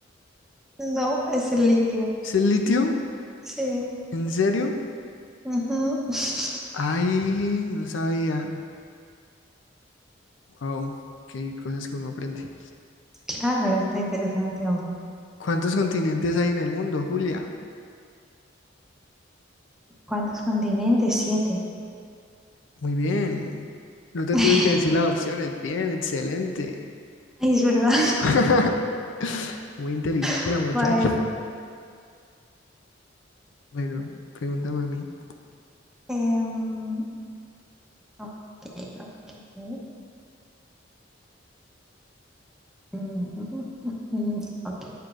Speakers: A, in the centre; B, on the left.
A: No, es el litio.
B: ¿Es el litio?
A: Sí.
B: ¿En serio?
A: Ujú. <laughs>
B: Ay, no sabía. Wow, ok, cosas que uno aprende.
A: Claro, está interesante, hombre.
B: ¿Cuántos continentes hay en el mundo, Julia?
A: ¿Cuántos continentes? Siete.
B: Muy bien. No te
A: <laughs>
B: tuve que decir las opciones. Bien, excelente.
A: Ay, es verdad.
B: <laughs> Muy inteligente
A: <laughs>
B: la muchacha.
A: Vaya.
B: Bueno, pregúntame a mí.
A: Em, ok, ok. Mm, mm, mm, mm, mm, ok.